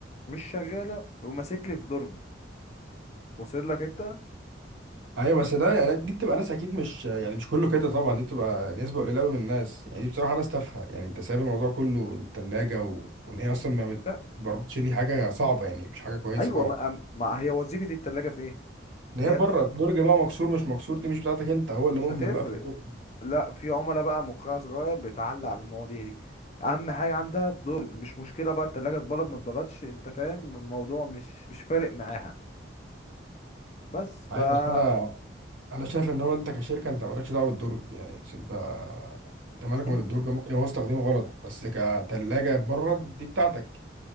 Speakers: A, on the left; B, on the right.
A: مش شغالة وماسك لي في درج واصل لك انت
B: ايوه بس ده يعني دي بتبقى ناس اكيد مش يعني مش كله كده طبعا دي بتبقى نسبه قليله قوي من الناس يعني دي بصراحه ناس تافهه يعني انت سايب الموضوع كله الثلاجه و... وان هي اصلا ما
A: لا
B: بتبردش دي حاجه صعبه يعني مش حاجه كويسه
A: ايوه
B: طبعا
A: ما, ما هي وظيفة التلاجة في ايه
B: ان
A: اللي
B: هي
A: هي
B: بره الدرج بقى مكسور مش مكسور دي مش بتاعتك انت هو
A: مش
B: اللي مهمل
A: هتفرق
B: بقى في الدرج
A: لا في عملاء بقى مقرع صغير بيتعلق على المواضيع دي اهم حاجة عندها الدرج مش مشكلة بقى التلاجة اتبرد ما اتبردش انت فاهم الموضوع مش مش فارق معاها بس فا
B: عارف بس انا انا شايف ان هو انت كشركه انت مالكش دعوه بالدرج يعني بس انت انت مالك
A: ايوه
B: من الدرج ممكن يبقى هو استخدامه غلط بس كثلاجه برد دي بتاعتك